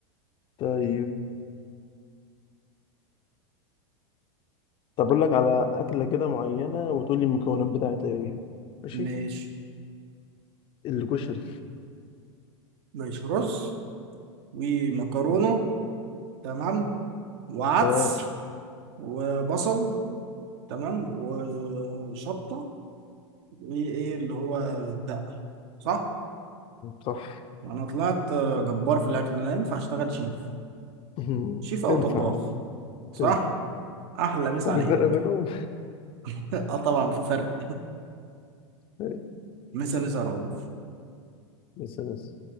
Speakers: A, on the left; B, on the right.
A: طيب طب اقول لك على اكله كده معينه وتقول لي المكونات بتاعتها ايه ماشي
B: ماشي
A: الكشري
B: ماشي رز ومكرونه تمام وعدس
A: تمام
B: وبصل تمام وشطه ايه ايه اللي هو الدقة صح؟
A: صح
B: انا طلعت آه، جبار في الاكل لا ينفع اشتغل شيف
A: <laughs>
B: شيف او
A: تنفع
B: طباخ صح؟
A: تنفع
B: احلى مسا
A: وفي
B: عليك
A: فرق بينهم
B: <laughs> اه طبعا في فرق
A: <laughs>
B: مسا مسا رؤوف
A: بس بس